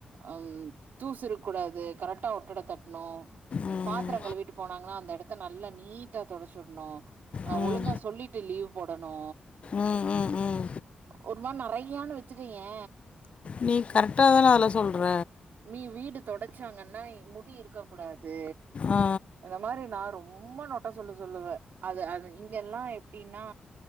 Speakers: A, on the right; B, on the left.
A: அம் தூசு இருக் கூடாது கரெக்டா ஒட்டட தட்ணு
B: ம்
A: பாத்திரங் கழிவீட்டு போனாங்கன்னா அந்த எடத்த நல்லா நீட்டா தொடச்சிட்ணு ஆ
B: ம்
A: ஒழுங்க சொல்லிட்டு லீவ் போடணு
B: ம் ம் ம்
A: ஒரு மாரி நெறையான்னு வெச்சுகயே
B: நீ கரெக்டா தானே அதுல்ல சொல்ற
A: வீ வீடு தொடச்சாங்கன்னா இ முடி இருக்க கூடாது
B: ஆ
A: இந்த மாரி நா ரொம் ரொம்ப நொட்டா சொல்லு சொல்லுவே அது அது இங்கெல்லா எப்டின்னா